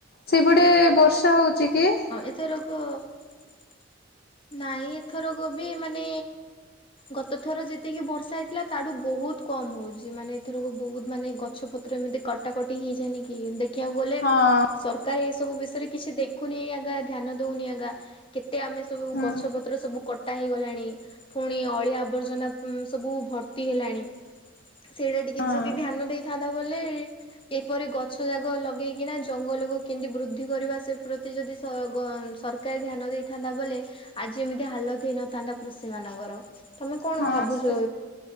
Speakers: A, on the left (about 50°); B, on the left (about 25°).
A: ସେପଟେ ବର୍ଷା ହଉଛି କି?
B: ଏଥରକ ହଁ। ନାଇଁ ଏଥର ଗୋବି ମାନେ ଗତ ଥର ଯେତିକି ବର୍ଷା ହେଇଥିଲା ତାଠୁ ବହୁତ ବହୁତ କମ ହଉଛି ମାନେ ଏଥରକୁ ବହୁତ ମାନେ ଗଛ ପତ୍ର ଏମିତି କଟାକଟି ହେଇଯାଇନିକି ଦେଖିବାକୁ ଗଲେ
A: ହଁ
B: ସରକାର ଏ ସବୁ ବିଷୟ କିଛି ଦେଖୁନି ଆଗା ଧ୍ୟାନ ଦଉନି ଆଗା କେତେ ଆମେ ସବୁ
A: ହୁଁ
B: ଗଛ ପତ୍ର ସବୁ କଟା କଟା ହେଇଗଲାଣି ପୁଣି ଅଳିଆବର୍ଜନା ସବୁ ଭର୍ତ୍ତି ହେଲାଣି। ସେଇଟା ଟିକେ
A: ହଁ
B: ଯଦି ଧ୍ୟାନ ଦେଇଥାନ୍ତା ବୋଲେ କିପରି ଗଛ ଜାଗ ଲଗେଇକିନା ଜଙ୍ଗଲକୁ କେମତି ବୃଦ୍ଧି କରିବା ସେ ପ୍ରତି ଯଦି ସ ଗ ସରକାର ଧ୍ୟାନ ଦେଇଥାନ୍ତା ବୋଲେ ଆଜି ଏମିତି ହାଲତ ହେଇନଥାନ୍ତା, କୃଷି ମାନଙ୍କର ତମେ କଣ
A: ହଁ
B: ଭାବୁଛ?
A: ସେ